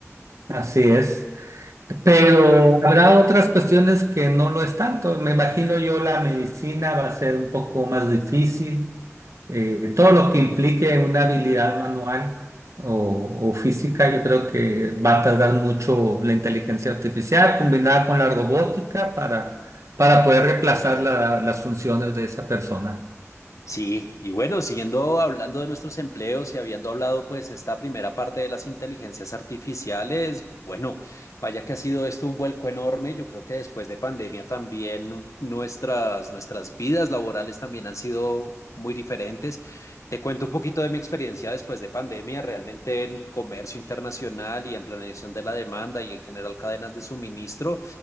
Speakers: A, on the right; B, on the left.
A: así es. Pero habrá otras cuestiones que no lo es tanto. Me imagino yo la medicina va a ser un poco más difícil. Eh, todo lo que implique una habilidad manual o, o física, yo creo que va a tardar mucho la inteligencia artificial combinada con la robótica para, para poder reemplazar la- las funciones de esa persona.
B: Sí, y bueno, siguiendo hablando de nuestros empleos y habiendo hablado pues esta primera parte de las inteligencias artificiales, bueno, vaya que ha sido esto un vuelco enorme. Yo creo que después de pandemia también nuestras, nuestras vidas laborales también han sido muy diferentes. Te cuento un poquito de mi experiencia después de pandemia, realmente en comercio internacional y en planeación de la demanda y en general cadenas de suministro